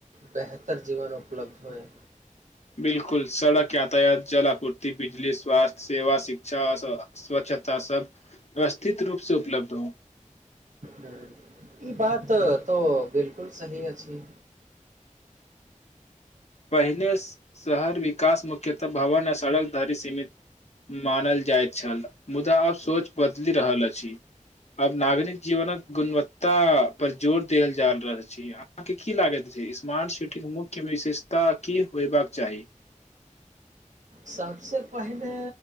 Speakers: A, on the right; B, on the left.
A: बेहतर जीवन उपलब्ध होए
B: बिलकुल सड़क यातायात जलापुट बिजली स्वास्थ्य सेवा शिक्षा स्वा स्वच्छता सब व्यवस्थित रूप सँ उपलब्ध हो
A: ह ई बात तो बिलकुल सही अछि
B: पहिने शहर विकास मुख्यतः भवन आ सड़क धरी सीमित मानल जाइत छल मुदा आब सोच बदलि रहल अछि अब नागरिक जीवनक गुणवत्ता पर जोर देल जा रहल छै अहाँके की लागत स्मार्ट सिटी के मुख्य विशेषता की होयबाक चाही
A: सबसँ पहिले